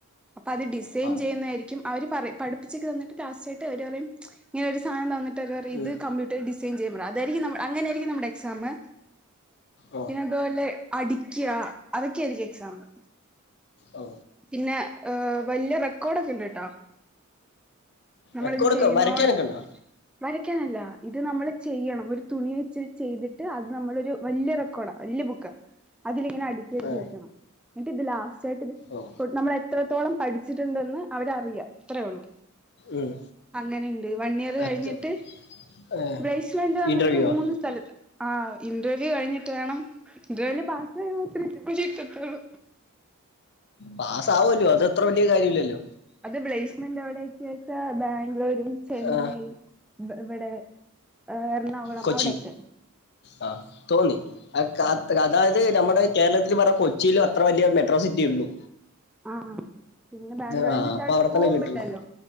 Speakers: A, in the centre; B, on the left.
A: അപ്പൊ അത് ഡിസൈൻ
B: ആഹ്
A: ചെയ്യുന്നതായിരിക്കും അവര് പറയും പഠിപ്പിച്ചൊക്ക തന്നിട്ട് ലാസ്റ്റ് ആയിട്ട് പറയും ഇങ്ങനെ ഒരു സധനം തന്നിട്ട് ഇ
B: ഉം.
A: കമ്പ്യൂട്ടർ ഡിസൈൻ ചെയ്യാൻ പറയും അതായിരിക്കും ന അങ്ങനെ ആയിരിക്കും നമ്മുടെ എക്സാമ്
B: ഓ
A: പിന്നെ അതുപോലെ അടിക്കുക അതൊക്കെയായിരിക്കും എക്സാമ്പിൾ
B: ഓ
A: പിന്നെ ഏ വലിയ റെക്കോർഡൊക്കെ ഇണ്ട് ട്ടോ നമ്മളിത്
B: റെക്കോർഡൊക്കെ
A: ചെയ്യുന്ന
B: വരയ്ക്കാനൊക്കെ
A: വടെ
B: ഉണ്ടോ
A: വരയ്ക്കാനല്ല ഇത് നമ്മള് ചെയ്യണം ഒരു തുണി വെച്ച്ട്ട് ചെയ്തിട്ട് അത് നമ്മളൊരു വലിയ റെക്കോർഡാണ് വലി ഒറ്റ ബുക്കാ അതിലിങ്ങനെ അടുക്കി അടി
B: ഏ
A: വെക്കണം എന്നിട്ട് ഇത് ലാസ്റ്റ് ആയിട്ട്
B: ഓ
A: നമ്മൾ എത്രത്തോളം പഠിച്ചിട്ടുണ്ടെന്ന് അവരറിയ ഇത്രേയള്ളൂ
B: ഉം.
A: അങ്ങനെയുണ്ട് വൺ ഇയർ കഴിഞ്ഞിട്ട്
B: അത് ഏ
A: ബ്രൈശ്ലലന്റ ‌വന്നിട്ട്
B: ഇന്റർവ്യൂവാ
A: മൂന്ന് സ്ഥലത്ത് ആഹ് ഇന്റർവ്യൂ കഴിഞ്ഞിട്ട് വേണം ഇന്റർവ്യൂൽ പാസ് ആയാൽ മാത്രം ജോലി കിട്ടുള്ളൂ
B: പാസ്ആവുല്ലോ അത്ര വലിയ കാര്യം മല്ലല്ലോ
A: അത് പ്ലേസ്മെന്റ് എവിടെക്കെ വെച്ചാ ബാംഗ്ലൂരും ചെന്നൈ
B: ആ,
A: ഇവിടെ എറണാകുളം
B: കൊച്ചി
A: അവിടെക്കെ
B: ആ തോന്നി കാത് അതായത് നമ്മുടെ കേരളത്തില് പറ കൊച്ചിയിലോ അത്ര വലിയ മെഡ്രോ സിറ്റിയ ഉള്ളു
A: ആഹ് പിന്നെ ബാംഗ്ലൂർന്ന്
B: ആ
A: വെച്ചാ
B: അപ്പൊ
A: അവിടെ സ്കോപ്പ്
B: തന്നെ കിട്ടുള്ളൂ
A: ഉണ്ടല്ലോ